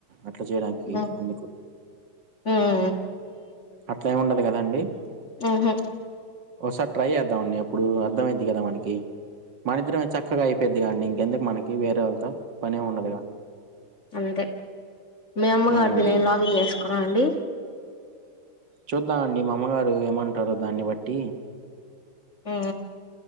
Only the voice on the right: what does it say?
అట్లా చేయడానికి
అందుకు
అట్లా ఉండ అ కద అండి
సార్ ట్రాై చెధమ్ అండి ఇప్పుడు అర్థంమయిద్ది కదా మనకి మన ఇద్దరం చక్కగా అయిపో ఇది అండి ఇంకెందుకు మనకి వేరే వాళ్ళతో పని ఉండదుగా
హ్మ్
చూద్దాం అండి మా అమ్మగారు ఏమంటారో దాన్ని బట్టి